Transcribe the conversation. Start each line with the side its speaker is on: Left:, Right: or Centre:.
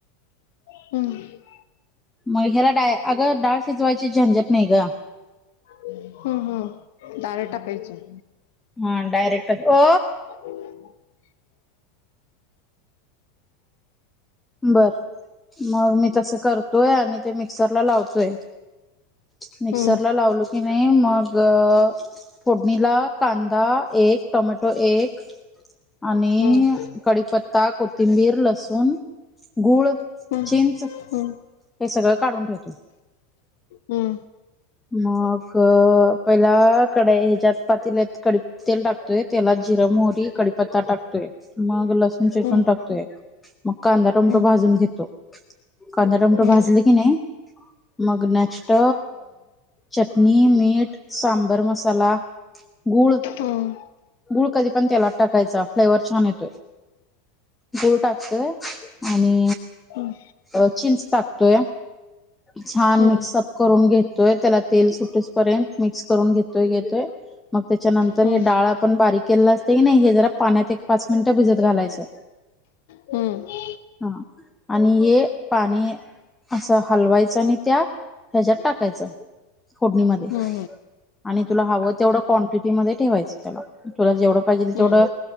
Left: हम्म
Centre: मग ह्याला डाळ अगं डाळ शिजवायची झंझट नाही ग.
Left: हम्म हम् दार टाकायची
Centre: हा डायरेक्ट हो
Left: <inaudible> <unintelligible>
Centre: बर मग मी तस करतोय आणि ते मिक्सरला लावतोय मिक्सरला
Left: हम्म
Centre: लावलो की नाही मग फोडणीला कांदा एक टोमॅटो एक आणि
Left: हम्म
Centre: कडीपत्ता को कोथिंबीर लसूण गूळ
Left: हम्म
Centre: चिंच हे सगळं काढून ठेवतो.
Left: हम्म
Centre: मग पहिलं कढयी ह्याच्यात पातेल्यात कडी तेल टाकतोय तेलात जिरं मोहरी कडीपत्ता टाकतोय. मग लसूण चेचून
Left: हम्म हम्म
Centre: टाकतोय मग कांदा टोमॅटो
Left: हम्म
Centre: भाजून घेतो. कांदा टमटो
Left: हम्म
Centre: भाजलं की नाही मग नेक्स्ट चटणी मीठ सांबर मसाला गुळ
Left: हम्म
Centre: गूळ कधी पण तेलात टाकायचा फ्लेवर छान येतो. गूळ टाकतोय आणि
Left: हम्.
Centre: अ चिंच टाकतोय छान
Left: हम्म
Centre: मिक्सअप
Left: हम्म
Centre: करून घेत तोय त्याला तेल सुटे पर्यंत मिक्स करून घेतोय घेतोय मग त्याच्यानंतर
Left: हम्म
Centre: हे
Left: हम्म
Centre: डाळ पण बारीक केला असते की नाही हे जरा पाण्यात एक पाच मिनिटं भिजत घालायचं.
Left: हम्म
Centre: हा. आणि हे पाणी असं हलवायचं आणि त्या ह्याच्यात टाक कायचं फोडणीमध्ये
Left: हम्म
Centre: आणि तुला हवं तेवढं क्वांटिटी मध्ये ठेवायचं त्याला तुला जेवढं पाहिजे तेवढं
Left: हम्म